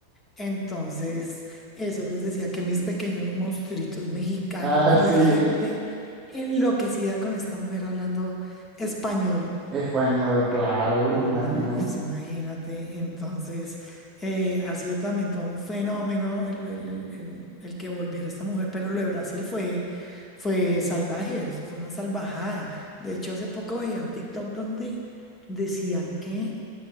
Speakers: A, on the left; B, on the right.
A: entonces, eso les decía que mis pequeños monstruitos mexicanos
B: Ah,
A: y
B: <laughs> sí.
A: la gente enloquecida con esta mujer hablando español.
B: Español, claro, me
A: No,
B: imagino.
A: pues imagínate. Entonces, eh, ha sido también todo un fenómeno el, el- el- el- el que volviera esta mujer, pero lo de Brasil fue, fue salvaje, eso fue una salvajada. De hecho, hace poco veía un TikTok donde decían que